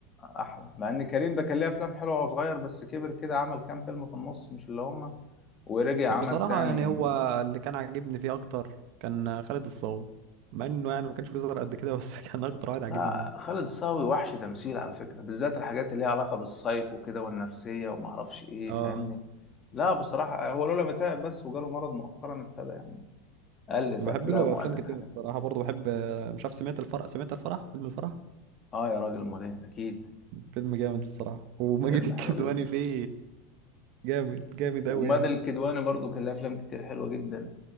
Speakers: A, on the left; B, on the right.
A: احلى مع ان كريم ده كان ليه افلام حلوه وهو صغير بس كبر كده عمل كام فيلم في النص مش اللي هم ورجع عمل
B: بصراحه
A: تاني
B: يعني هو اللي كان عاجبني فيه اكتر كان خالد الصاوي مع انه يعني ما كانش بيظهر قد كده بس <laughs> كان اكتر واحد عاجبني
A: لا
B: يعني
A: خالد صاوي وحش تمثيل على فكره بالذات الحاجات اللي ليها علاقه بالسايكو كده والنفسيه وما اعرفش ايه
B: اه
A: فاهمني لا بصراحه هو لولا ما تعب بس وجاله مرض مؤخرا ابتدى يعني قلت
B: بحب
A: افلام
B: له افلام
A: وقلت
B: كتير
A: حاجات
B: الصراحه برضه بحب مش عارف سمعت الفرح سمعت الفرح فيلم الفرح
A: اه يا راجل امال ايه اكيد
B: فيلم جامد الصراحة وماجد
A: فيلم
B: الكدواني
A: حلو جدا
B: فيه جامد جامد
A: ومادة
B: أوي يعني
A: الكدواني برضو كان لها افلام كتير حلوه جدا